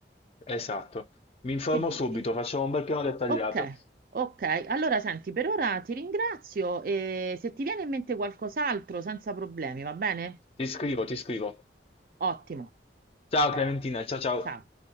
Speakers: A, on the left; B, on the right.
A: esatto. Mi informo
B: Che dici?
A: subito, facciamo un bel piano dettagliato.
B: Ok, ok. Allora, senti, per ora ti ringrazio e se ti viene in mente qualcos'altro, senza problemi, va bene?
A: Ti scrivo, ti scrivo.
B: Ottimo.
A: Ciao
B: Ciao.
A: Clementina, ciao ciao.
B: Ciao.